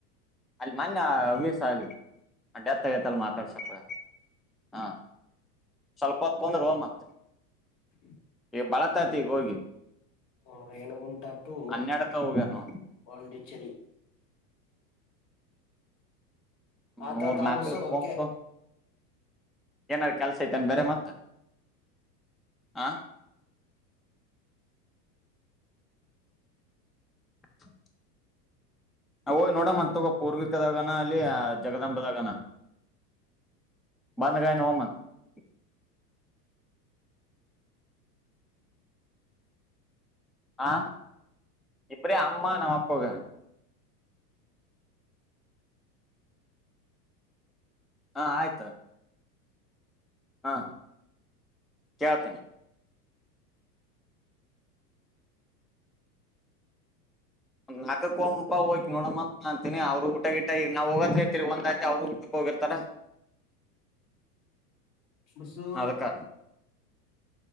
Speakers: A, in the centre; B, on the left.
A: ಅಲ್ಲಿ ಮೊನ್ನಯ <unintelligible> ಅಲ್ಲಿ ಡೆತ್ ಆಗತ ಅಲ್ಲಿ ಮಾತಾಡ್ಸಕೇ ಹೋಗ್ಯಾನ ಅಲ್ಲಿ <inaudible> ಹಾ ಸ್ವಲ್ಪ ಕುಂಡ್ರು ಮತ್ತ
B: <inaudible>
A: ಬಳತೈತಿ ಈಗ ಹೋಗಿ
B: ಹಾ ರೇಣುಗುಂಟ ಟು
A: ಹನ್ನೆರಡಕ ಹೋಗ್ಯಾರ ನೋಡ್
B: ಪಂಡಿ ಸರಿ ಆತಾತಾ
A: ಮೂರ್ ನಾಲ್ಕ
B: ಬಸು ಓಕೆ
A: ಕೊಂಪು ಏನಾರ ಕೆಲ್ಸ ಐತೇನ್ ಬೇರೆ ಮತ್ತ <inaudible> ಹಾ <inaudible> ಹೋಗಿ ನೋಡ ಮತ್ ತ ಪೂರ್ವಿಕದಗನ ಅಲ್ಲಿ ಜಗದಾಂಬೆದಾಗನ ಬಂದಗನ <unintelligible> ಹಾ <inaudible> ಇಬ್ರೇ ಅಮ್ಮ ನಮ್ಮ ಅಪ್ಪಗ ಹಾ ಆಯ್ತು ಹಾ <inaudible> ಕೇಳೀತೀನಿ <inaudible> ಹೋಗಿ ನೋಡಮ್ಮ ಅಂತ ಅವ್ರು ಊಟ ಗಿಟ್ಟ ಈಗ ನಾವ್ ಹೋಗತ್ರ್ತೀರಿಗ ಒಂದ್ ಗಂಟೆ ಅವ್ರು ಊಟಕ್ಕೆ ಹೋಗಿರ್ತಾರ
B: ಬಸು
A: ಅದಕ್ಕ